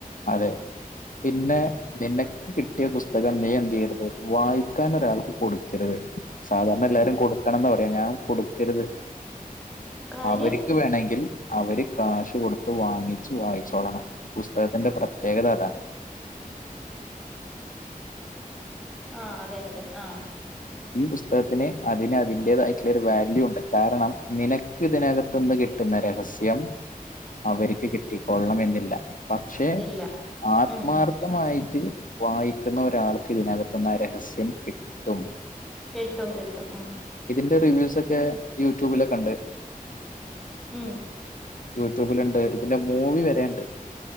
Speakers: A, on the left; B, in the centre.
A: അതെ പിന്നെ നിന്നെ കിട്ടിയ പുസ്തകം നീ എന്ത് ചെയ്യരുത് വായിക്കാൻ ഒരാൾക്ക് കൊടുക്കരുത് സാധാരണ എല്ലാരും
B: ഉം
A: കൊടുക്കണംന്ന് പറയാ ഞാൻ കൊടുക്കരുത്
B: കാര്യം
A: അവര്ക്ക് വേണെങ്കിൽ അവര് കാശ് കൊടുത്ത് വാങ്ങിച്ചു വായിച്ചോളണം പുസ്തകത്തിന്റെ പ്രത്യേകത അതാ
B: ആ അതെ അതെ ആഹ്
A: ഈ പുസ്തകത്തിന് അതിന് അതിന്റേതായിട്ടുള്ള ഒരു വാല്യൂ ഉണ്ട് കാരണം നിനക്ക് ഇതിനക- ത്ത്ന്ന് കിട്ടുന്ന രഹസ്യം അവര്ക്ക് കിട്ടിക്കോള്ളണം എന്നില്ല പക്ഷെ
B: ഇല്ല
A: ആത്മാർ-
B: ഉം ഉം
A: ർഥമായിട്ട് വായിക്കുന്ന ഒരാൾക്ക് ഇതിനകത്തുന്നാ രഹസ്യം കിട്ടും
B: കിട്ടും കിട്ടും ഉം
A: ഇതിന്റെ റിവ്യൂസ് ഒക്കെ യൂട്യൂബില് കണ്ട്
B: ഉം
A: യൂട്യൂബിലുണ്ട് ഇതിന്റെ മൂവി വരെണ്ട്